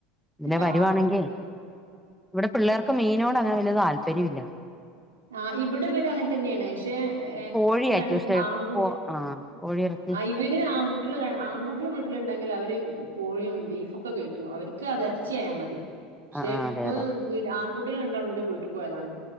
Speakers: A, in the centre; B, on the right.
A: ഇതിലെ വരുവാണെങ്കി
B: ആ
A: ഇവടെ പിള്ളാർക്ക് മീനോട് അങ്ങനെ വല്യ താല്പര്യംല്ല.
B: ആഹ് ഇവ്ടെ ഇവര് അങ്ങനെ തന്നെയാണ് ഷേ
A: കോഴിയാ
B: ഇന്റെ രണ്ട്
A: ഏറ്റവും ഇഷ്ടം
B: ആൺകു
A: കോ ആ കോഴിയിറച്ചി
B: ആഹ് ഇവ ര് ആൺകുട്ടികള് ര ആൺകുട്ടികള് വീട്ടില്ണ്ടങ്കില് അവര് കോഴിയും ബീഫൊക്കെ കഴിക്കും അവര്ക്ക് അത് എറച്ചിയായമതി. ഷേ
A: ആ ആ
B: ഇപ്പം
A: അതെ അതെ
B: വീ ആൺകൂട്ടികള് രണ്ടാളും ന്റെ വീട്ട്പോയതാണ്.